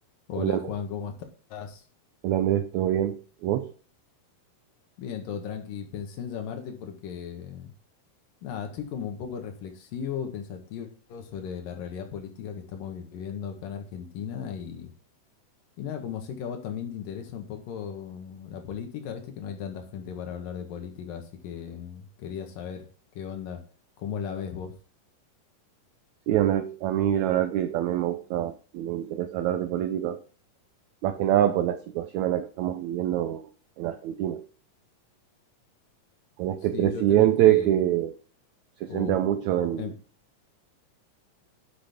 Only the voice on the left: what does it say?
Hola
Juan, ¿cómo estás?
Bien, todo tranqui. Pensé en llamarte porque, nada, estoy como un poco reflexivo, pensativo sobre la realidad política que estamos viviendo acá en Argentina y, y nada, como sé que a vos también te interesa un poco la política, viste que no hay tanta gente para hablar de política, así que quería saber qué onda, cómo la ves vos.
Sí,
yo creo que...
uh,
em-